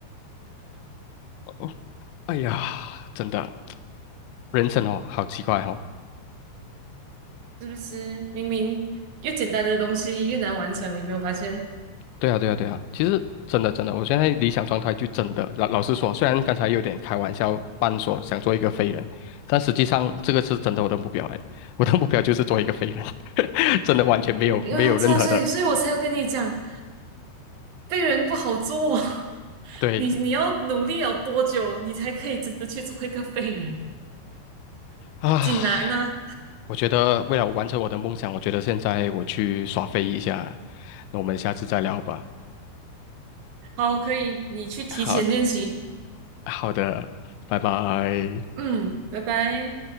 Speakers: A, on the left (about 80°); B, on the right (about 60°).
A: 哦，哎呀，真的，人生哦，好奇怪哦。
B: 是不是？明明越简单的东西越难完成，有没有发现？
A: 对啊，对啊，对啊，其实真的真的，我现在理想状态就真的老老实说，虽然刚才有点开玩笑，半说想做一个废人，但实际上这个是真的我的目标哎，我的目标就是做一个废人，<laughs> 真的完全没有没有任何的
B: 因为啊，对啊，所以所以我才有跟你讲，被人不好做哦。<laughs>
A: 对
B: 你你要努力有多久，你才可以真的去做一个废人？<laughs>
A: 啊。
B: 锦南呢？
A: 我觉得为了完成我的梦想，我觉得现在我去耍飞一下，那我们下次再聊吧。
B: 好，可以，你去提前练习。
A: 好好的，拜拜。
B: 嗯，拜拜。